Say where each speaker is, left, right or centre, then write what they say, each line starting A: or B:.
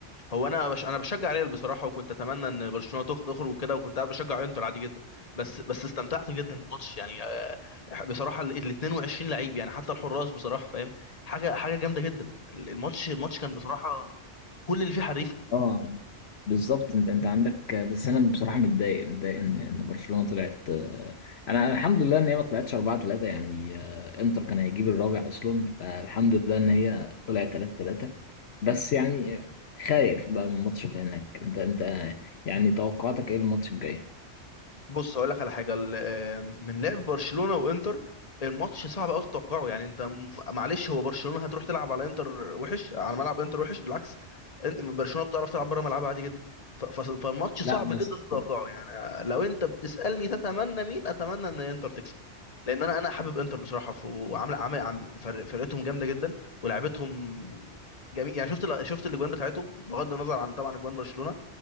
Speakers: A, on the left; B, on the left.
A: هو انا بش... انا بشجع ريال بصراحة وكنت اتمنى ان برشلونة تخ- تخرج وكده وكنت قاعد بشجع انتر عادي جدا بس بس استمتعت جدا بالماتش يعني آه، بصراحة ال ال 22 لعيب يعني حتى الحراس بصراحة فاهم حاجة حاجة جامدة جدا ال- الماتش الماتش كان بصراحة كل اللي فيه حريفة
B: اه بالظبط انت انت عندك بس انا بصراحه متضايق متضايق ان ان برشلونه طلعت آه، انا أنا الحمد لله ان هي ما طلعتش 4 3 يعني آه، انتر كان هيجيب الرابع اصلا فالحمد لله ان هي طلعت 3 3 بس يعني آه، خايف بقى من الماتش اللي هناك انت انت آه، يعني توقعاتك ايه الماتش الجاي؟
A: بص هقول لك على حاجه ال- آه، من لعب برشلونه وانتر الماتش صعب قوي تتوقعه يعني انت م- معلش هو برشلونه هتروح تلعب على انتر وحش على ملعب انتر وحش بالعكس إن- برشلونه بتعرف تلعب بره ملعبها عادي جدا ف- ف- فالماتش صعب
B: لا بس
A: جدا تتوقعه يعني لو انت بتسالني تتمنى مين اتمنى ان انتر تكسب لان انا انا حابب انتر بصراحه ف- وعامله عامل عم فرق- فرقتهم جامده جدا ولعبتهم جميل يعني شفت ال- شفت الاجوان بتاعتهم بغض النظر عن طبعا اجوان برشلونه